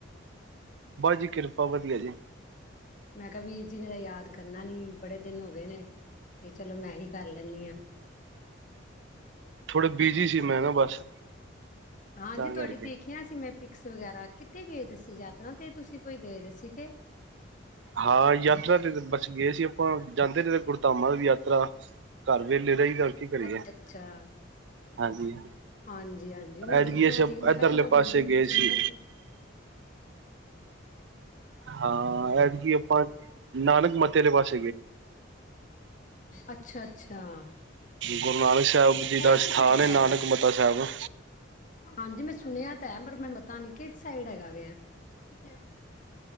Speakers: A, on the right; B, on the left.
A: ਜੀ ਕਿਰਪਾ ਬਸ ਵਧੀਆ ਜੀ।
B: ਮੈਂ ਕਿਹਾ ਵੀਰ ਜੀ ਨੇ ਤਾਂ ਯਾਦ ਕਰਨਾ ਨੀ, ਬੜੇ ਦਿਨ ਹੋ ਗਏ ਨੇ ਤੇ ਚਲੋ ਮੈਂ ਹੀ ਕਰ ਲੈਂਨੀ ਆਂ।
A: ਥੋੜੇ ਬਿਜੀ ਸੀ ਮੈਂ ਨਾ ਬਸ।
B: ਹਾਂਜੀ
A: ਤਾਂ
B: ਤੁਹਾਡੀ
A: ਕਰਕੇ
B: ਦੇਖਿਆ ਸੀ ਮੈਂ ਪਿਕਸ ਵਗੈਰਾ, ਕਿੱਥੇ ਗਏ ਦੇ ਸੀ? ਯਾਤਰਾ ਤੇ ਤੁਸੀਂ ਕੋਈ ਗਏ ਦੀ ਸੀਗੇ।
A: ਹਾਂ ਯਾਤਰਾ ਤੇ ਬਸ ਗਏ ਸੀ ਆਪਾਂ ਜਾਂਦੇ ਰਹਿੰਦੇ ਗੁਰਧਮਾ ਯਾਤਰਾ ਘਰ ਵੇਲੇ ਰਹੀ ਦਾ ਕੀ ਕਰੀਏ
B: ਅੱਛਾ ਅੱਛਾ।
A: ਹਾਂਜੀ।
B: ਹਾਂਜੀ ਹਾਂਜੀ, ਉਹ ਮੈਂ ਦੇਖੀਆਂ
A: ਐਤਕੀ ਅਸੀਂ
B: ਸੀ ਮੈਂ
A: ਇੱਧਰਲੇ
B: ਕਿਹਾ ਚਲੋ ਵੀਰ
A: ਪਾਸੇ
B: ਜੀ ਨੂੰ
A: ਗਏ
B: ਪੁੱਛਦੀ
A: ਸੀ
B: ਆਂ ਕਿ
A: ਹਾਂ ਐਦਕੀ ਆਪਾਂ ਨਾਨਕ ਮ। <unintelligible>
B: ਅੱਛਾ-ਅੱਛਾ।
A: ਗੁਰੂ ਨਾਨਕ ਸਾਹਿਬ ਜੀ ਦਾ
B: ਐ ਕਿ
A: ਸਥਾਨ
B: ਸਾਈਡ
A: ਹੈ
B: ਹੈਗਾ?
A: ਨਾਨਕ ਮੱਤਾ ਸਾਹਿਬ
B: ਹਾਂਜੀ ਮੈਂ ਸੁਣਿਆ ਤਾਂ ਹੈ ਪਰ ਮੈਨੂੰ ਪਤਾ ਨੀ ਕਿਹੜੀ ਸਾਈਡ ਹੈਗਾ ਵੇ ਐ? <unintelligible>